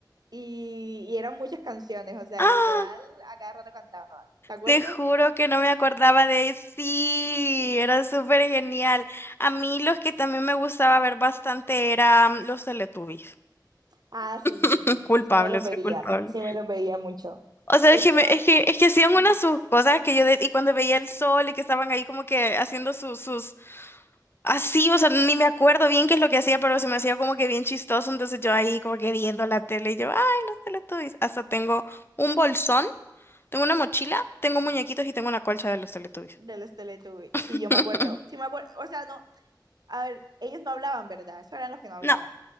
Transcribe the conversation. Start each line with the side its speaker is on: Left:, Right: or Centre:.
Right: y, y eran muchas canciones, o sea,
Left: ¡Ah!
Right: y literal a cada rato cantaban, ¿te acuerdas?
Left: Te juro que no me acordaba de él. Sí, era súper genial. A mí los que también me gustaba ver bastante eran los Teletubbies.
Right: Ah, sí,
Left: <laughs>
Right: sí, sí,
Left: Culpable,
Right: sí me los
Left: soy
Right: veía,
Left: culpable.
Right: sí me los veía mucho.
Left: O sea,
Right: Eso,
Left: es que, me- es que, es que hacían
Right: ajá,
Left: unas sus cosas que yo, de- y cuando veía el sol y que estaban ahí como que haciendo sus, sus, así, o sea, ni me acuerdo bien qué es lo que hacía, pero se me hacía como que bien chistoso. Entonces yo ahí como que viendo la tele y yo, ay, los Teletubbies. Hasta tengo un bolsón, tengo una mochila, tengo muñequitos y tengo una colcha de los Teletubbies.
Right: de los Teletubbies, sí,
Left: <laughs>
Right: yo me acuerdo, sí me acuerdo, o sea, no, a ver, ellos no hablaban, ¿verdad? Eso eran los que no hablaban.
Left: No,